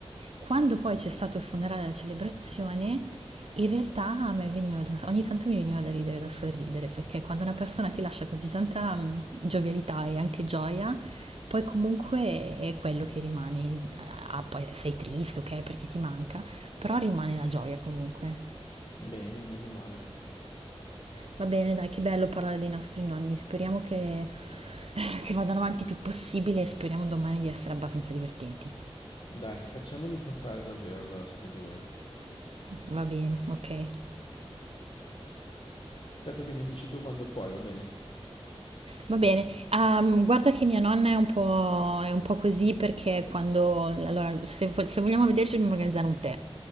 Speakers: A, on the right (about 70°); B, on the left (about 55°).
A: quando poi c'è stato il funerale e la celebrazione, in realtà a me veniva da ogni tanto mi veniva da ridere, da sorridere, perché quando una persona ti lascia così tanta, mhmm, giovialità e anche gioia, poi comunque è quello che rimane in a poi sei triste, okay, perché ti manca, però rimane la gioia comunque.
B: Bene, meno male.
A: Va bene dai, che bello parlare dei nostri nonni, speriamo che eh, che vadano avanti il più possibile e speriamo domani di essere abbastanza divertenti.
B: Dai, facciamoli incontrare davvero allora ste due.
A: Va bene, okay.
B: Aspetto che mi dici tu quando puoi, va bene?
A: Va bene, ehm, guarda che mia nonna è un po' è un po' così perché quando allora se vo se vogliamo vederci dobbiamo organizzare un tè,